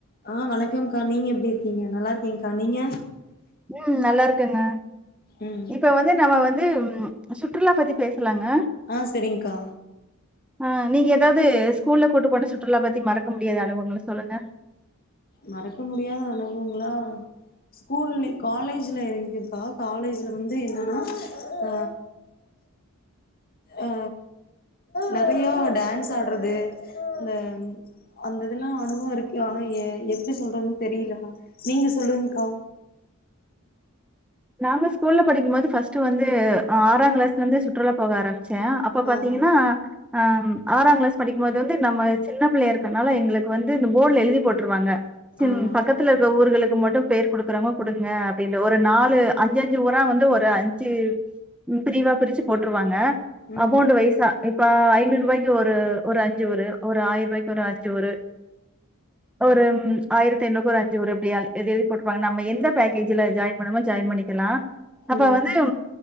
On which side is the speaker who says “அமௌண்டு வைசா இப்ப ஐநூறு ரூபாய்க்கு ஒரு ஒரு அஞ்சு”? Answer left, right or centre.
Centre